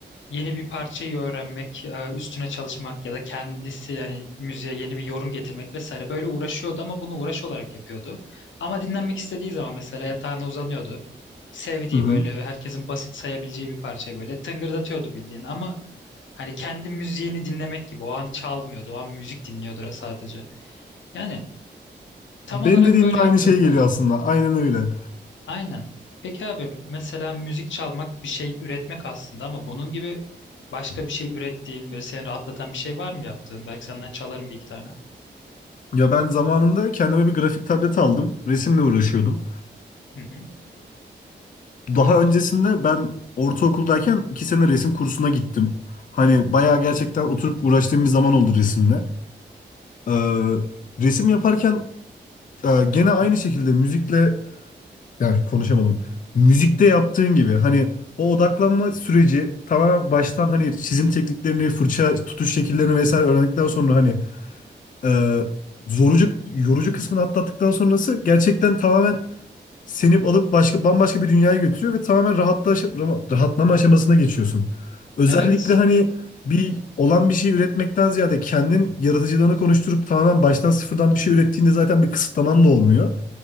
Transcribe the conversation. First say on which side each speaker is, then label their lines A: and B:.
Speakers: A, on the left; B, on the left.
A: yeni bir parçayı öğrenmek, e, üstüne çalışmak ya da kendisi yani müziğe yeni bir yorum getirmek vesaire böyle uğraşıyordu ama bunu uğraş olarak yapıyordu. Ama dinlenmek istediği zaman mesela yatağına uzanıyordu. Sevdiği
B: hı hı.
A: böyle herkesin basit sayabileceği bir parçayı böyle tıngırdatıyordu bildiğin ama hani kendi müziğini dinlemek gibi o an çalmıyordu, o an müzik dinliyordu sadece. Yani tam
B: Benim
A: olarak
B: dediğimde
A: böyle
B: aynı
A: yaptığında.
B: şey geliyor aslında. Aynen öyle.
A: Aynen. Peki abi mesela müzik çalmak bir şey üretmek aslında ama bunun gibi başka bir şey ürettiğin böyle seni rahatlatan bir şey var mı yaptığın? Belki senden çalarım bir iki tane.
B: Ya ben zamanında kendime bir grafik tableti aldım. Resimle uğraşıyordum.
A: Hı hı.
B: Daha öncesinde ben ortaokuldayken iki sene resim kursuna gittim. Hani bayağı gerçekten oturup uğraştığım bir zaman oldu resimle. Ee, resim yaparken e, gene aynı şekilde müzikle ya konuşamadım. Müzikte yaptığın gibi hani o odaklanma süreci tamamen baştan hani çizim tekniklerini, fırça tutuş şekillerini vesaire öğrendikten sonra hani e, zorucu, yorucu kısmını atlattıktan sonrası gerçekten tamamen seni alıp başka bambaşka bir dünyaya götürüyor ve tamamen rahatlaş, rahatlama aşamasına geçiyorsun. Özellikle
A: Evet.
B: hani bir olan bir şey üretmekten ziyade kendin yaratıcılığını konuşturup tamamen baştan sıfırdan bir şey ürettiğinde zaten bir kısıtlaman da olmuyor.